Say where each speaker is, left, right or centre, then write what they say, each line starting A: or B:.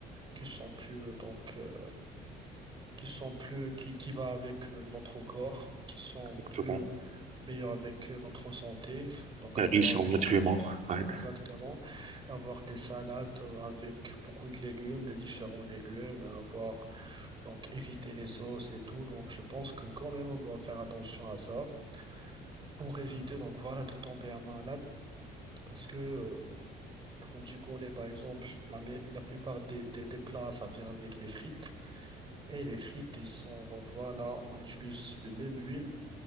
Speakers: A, on the right (about 30°); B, on the right (about 45°).
A: qui sont plus euh, donc euh, qui sont plus qui qui va avec euh, notre corps, qui sont
B: exactement.
A: plus meilleurs avec euh, notre santé. Donc
B: Riche
A: avoir
B: en
A: des
B: nutriments.
A: salades
B: Ouais,
A: Exactement. Avoir des salades euh, avec beaucoup de légumes, des différents légumes, hein, avoir donc éviter les sauces et tout. Donc je pense que quand même on doit faire attention à ça pour éviter donc voilà de tomber à malade parce que euh, comme tu connais par exemple la, mé- la plupart des, des, des plats ça vient avec des frites et les frites ils sont donc voilà on utilise le même huile